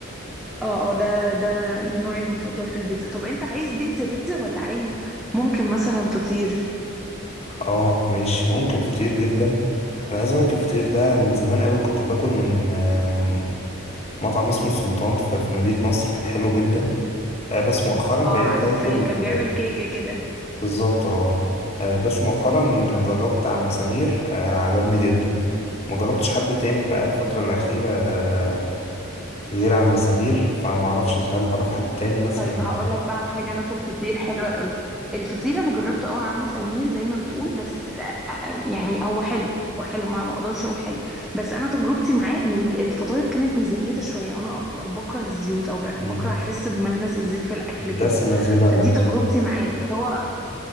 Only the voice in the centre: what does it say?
اه اه ده ده ده نوعي المفضل في البيتزا طب انت عايز بيتزا بيتزا ولا عايز ممكن مثلا فطير
اه
عارفاه
كان
بيعمل كيكه كده
طيب هقول لك بقى على حاجه انا في الفطير حلوه قوي الفطير انا جربته اه يا عم سمير زي ما بتقول بس آه، آه، يعني هو حلو هو حلو ما ما اقدرش اقول حاجه بس انا تجربتي معاه ان ال- الفطاير كانت مزيته شويه وانا بكره الزيوت او ب-
بكره احس بملمس الزيت في الاكل
كده
فدي
تجربتي معاه بس هو